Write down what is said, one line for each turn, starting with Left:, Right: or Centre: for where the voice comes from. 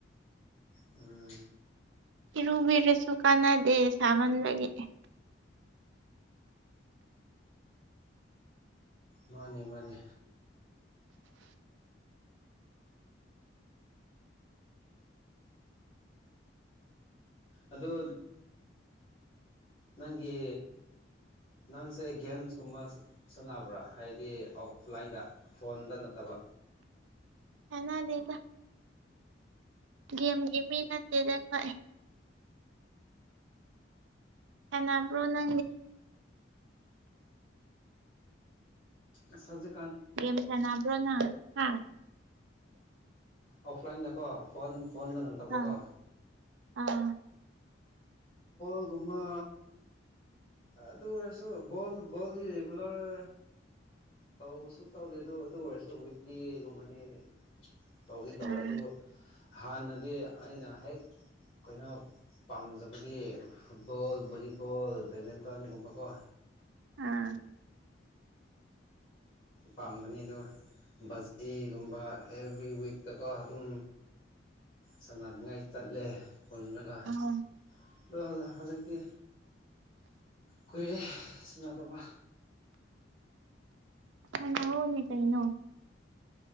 Left: ꯎꯝ
Right: ꯏꯔꯨꯕꯤꯔ ꯁꯨꯀꯅꯥ ꯗꯦ ꯁꯕꯟ ꯂꯒꯦ
Left: ꯃꯥꯅꯦ ꯃꯥꯅꯦ ꯑꯗꯣ ꯅꯪꯒꯤ ꯅꯪꯁꯦ ꯒꯦꯝꯁꯀꯨꯝꯕ ꯁꯥꯟꯅꯕ꯭ꯔꯥ ꯍꯥꯏꯕꯗꯤ ꯑꯣꯐꯂꯥꯏꯟꯗ ꯐꯣꯟꯗ ꯅꯠꯇꯕ
Right: ꯍꯅꯥ ꯂꯩꯒ ꯦꯝꯒꯤꯃꯤꯅ ꯇꯦꯗꯦꯟ ꯈ ꯑꯦꯟꯅ ꯄꯨ꯭ꯔꯣ ꯅ
Left: ꯁꯖꯦ
Right: ꯦꯝꯁ ꯅꯝꯕ꯭ꯔꯣꯅ ꯍꯥ
Left: ꯑꯣꯐꯂꯥꯏꯟꯗꯀꯣ ꯐꯣꯟ ꯐꯣꯟꯗ ꯅꯪ ꯇꯕꯣꯀꯣ
Right: ꯍꯥ ꯑꯥ
Left: ꯣꯒꯨꯝꯕꯥ ꯑꯗꯨ ꯑꯣꯏꯔꯁꯨ ꯕꯣꯜ ꯕꯣꯜꯗꯤ ꯔꯤꯒꯨꯂꯔ ꯇꯧꯕꯁꯨ ꯇꯧꯗꯦ ꯑꯗꯣ ꯑꯗꯨ ꯑꯣꯏꯔꯁꯨ ꯋꯤꯛꯂꯤꯒꯨꯝꯕꯗꯤ ꯇꯧꯗꯤ ꯇꯧꯋꯦ
Right: ꯑꯥ
Left: ꯑꯗꯨꯕꯨ ꯍꯥꯟꯅꯗꯤ ꯑꯩꯅ ꯍꯦꯛ ꯀꯩꯅꯣ ꯄꯝꯖ ꯗꯤ ꯐꯨꯠꯕꯣꯜ ꯕꯣꯂꯤꯕꯣꯜ ꯕꯦꯠꯃꯤꯟꯇꯟꯒꯨꯝꯕꯀꯣ
Right: ꯑꯝ
Left: ꯄꯥꯝꯕꯅꯤꯗ ꯕꯥꯖꯤꯒꯨꯝꯕ ꯑꯦꯕ꯭ꯔꯤ ꯋꯤꯛꯇꯀꯣ ꯑꯗꯨ ꯑꯗꯨꯝ ꯁꯝꯅꯅꯤꯡꯉꯥꯏ ꯆꯠꯂꯦ ꯄꯨꯜꯂꯒ
Right: ꯑꯥ
Left: ꯑꯗꯣ ꯍꯧꯖꯤꯛꯇꯤ ꯀꯣꯏꯔꯦ ꯁꯤꯅꯥꯗꯧꯕ
Right: ꯁꯥꯅꯧꯉꯣꯅꯦ ꯀꯩꯅꯅꯣ